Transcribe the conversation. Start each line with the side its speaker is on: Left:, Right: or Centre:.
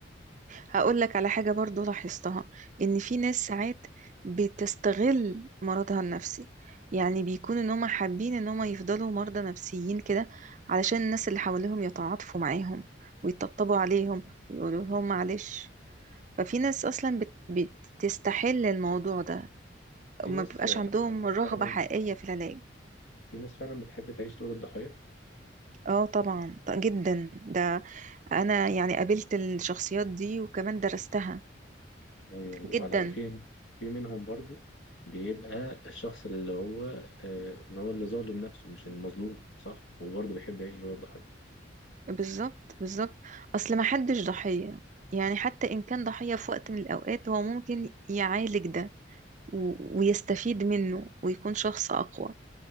Right: هقول لك على حاجة برضو لاحظتها ان في ناس ساعات بتستغل مرضها النفسي يعني بيكون ان هم حابين ان هم يفضلوا مرضى نفسيين كده علشان الناس اللي حواليهم يتعاطفوا معاهم ويطبطبوا عليهم ويقولوا لهم معلش ففي ناس اصلا بت- بتستحل الموضوع ده
Left: في
Right: وما
Left: ناس
Right: بيبقاش
Left: آه،
Right: عندهم رغبة
Left: فعلا
Right: حقيقية في العلاج
Left: في ناس فعلا بتحب تعيش دور الضحية
Right: اه طبعا ط- جدا ده انا يعني قابلت الشخصيات دي وكمان درستها
Left: ايوه وعلى-
Right: جدا
Left: وفي في منهم برضو بيبقى الشخص اللي هو آه، ان هو اللي ظالم نفسه مش المظلوم صح وبرضه بيحب يعيش دور الضحية
Right: بالظبط بالظبط اصل ما حدش ضحية يعني حتى ان كان ضحية في وقت من الاوقات هو ممكن يعالج ده و- ويستفيد منه ويكون شخص اقوى